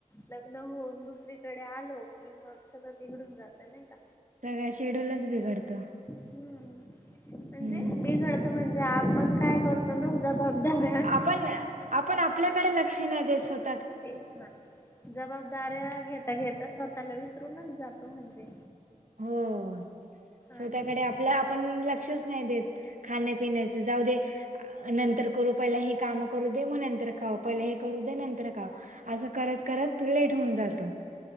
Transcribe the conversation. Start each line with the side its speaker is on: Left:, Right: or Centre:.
Left: लग्न होऊन दुसरीकडे आलो की, मग सगळं बिघडून जातं. नाही का.
Right: सगळा शेड्यूलच बिघडतो.
Left: हम्म. म्हणजे
Right: हम्म
Left: बिघडत, म्हणजे आपण काय करतो ना, जबाबदाऱ्या
Right: आपण आपण आपल्याकडे लक्ष नाही देसत.
Left: तेच ना. जबाबदाऱ्या घेता -घेता स्वतःला विसरूनच जातो, म्हणजे.
Right: हो. स्वतःकडे
Left: आणि मग
Right: आपलं, आपण लक्षच नाही देत. खाण्यापिण्याचे जाऊ दे. आ नंतर करू, पहिला हे काम करू दे. मग नंतर खाऊ. पहिलं हे करू दे नंतर का. असं करत -करत लेट होऊन जातं.